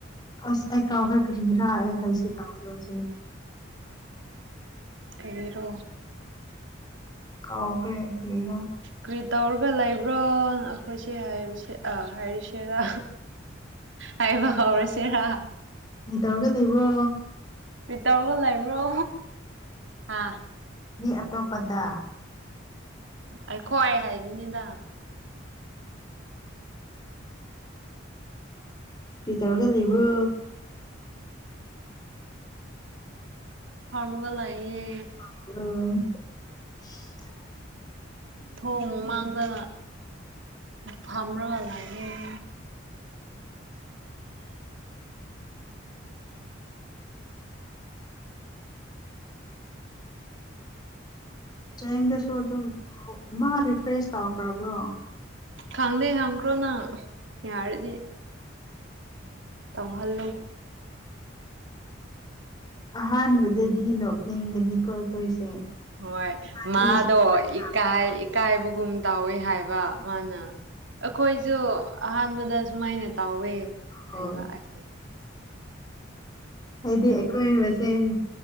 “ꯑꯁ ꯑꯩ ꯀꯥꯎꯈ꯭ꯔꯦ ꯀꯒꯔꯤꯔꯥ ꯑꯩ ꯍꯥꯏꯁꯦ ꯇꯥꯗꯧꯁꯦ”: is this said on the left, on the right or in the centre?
Left